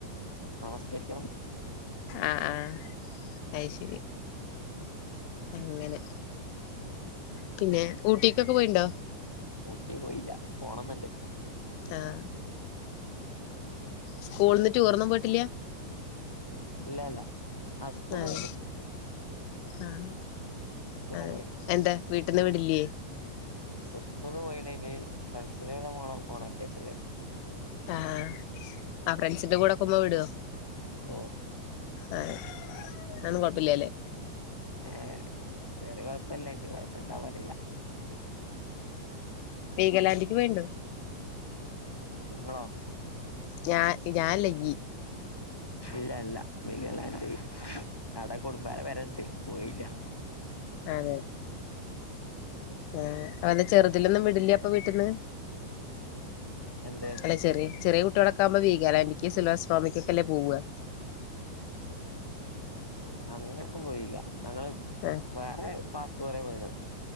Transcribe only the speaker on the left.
ആഹ് ആഹ് അയ് ശെരി അങ്ങനെ പിന്നെ ഊട്ടിക്കൊക്കെ പോയിണ്ടോ?
ആഹ് സ്കൂള്ന്ന് ടൂറൊന്നും പോയിട്ടില്ല്യാ?
അതെ
ആഹ്
അഹ്
എന്താ വീട്ടിന്ന് വിടില്യേ?
ആഹ് ആ ഫ്രണ്ട്സിന്റെ കൂടൊക്കുമ്മ വിട്വോ?
ആഹ് ആന്നും കൊഴപ്പല്ലാല്ലേ
വീഗലാൻ്റിക് പോയ്ണ്ടോ?
ഞാ ഞാല്ല യ്യ്
അതെ ആഹ് അഓലെ ചെറ്തിലൊന്നും വിടില്ല്യ? ഇപ്പൊ വീട്ട്ന്ന്
അല്ല ചെറിയ് ചെറിയ കുട്ട്യൊളൊക്കാവുമ്പോ വീഗാലാൻ്റിക്ക് സിൽവർസ്ട്രോമിക്കൊക്കല്ലേ പോവ്വാ
ആഹ്